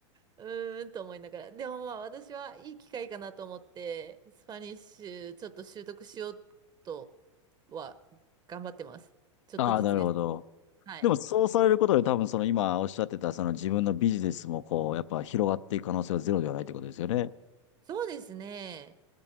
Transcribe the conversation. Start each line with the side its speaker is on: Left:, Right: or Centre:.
Right: うーんと思いながら。でもまあ私はいい機会かなと思って、スパニッシュちょっと習得しようとは頑張ってます。ちょっとずつです。
Left: ああ、なるほど。
Right: はい。
Left: でも、そうされることで、多分、その今おっしゃってた、その自分のビジネスも、こう、やっぱ広がっていく可能性はゼロではないってことですよね。
Right: そうですね。